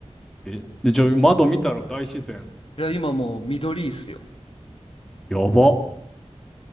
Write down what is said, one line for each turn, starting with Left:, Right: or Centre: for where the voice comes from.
Centre: え、で、じゃあ窓見たら大自然。
Left: いや、今もう緑いっすよ。
Centre: やば。